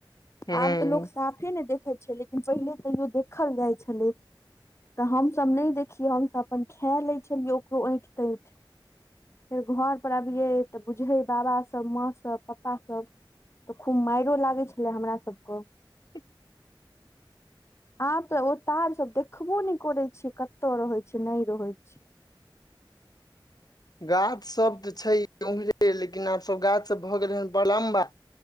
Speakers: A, on the left; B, on the left.
A: हूँ
B: आब तऽ लोक साफे ने देखैत छै लेकिन पहिले तैयो देखल जाइ छलै। तऽ हमसभ नहि देखियै हमसभ अपन खाए लै छलियै ओकरो ऐठि तैठ। फेर घरपर अबियै तऽ बुझै बाबासभ माँसभ पप्पासभ। तऽ खूब मारिो लागै छलै हमरा सभके।
A: <inaudible>
B: आँ तऽ ओ तार सब देख देखखबो नहि करे छीै कतौ रहै छी नहि रहै छै
A: गाछ सब तऽ छै उऊ्हरे लेकिन आब सब गाछ सब भऽ गेलै हेन बड़ लम्बा।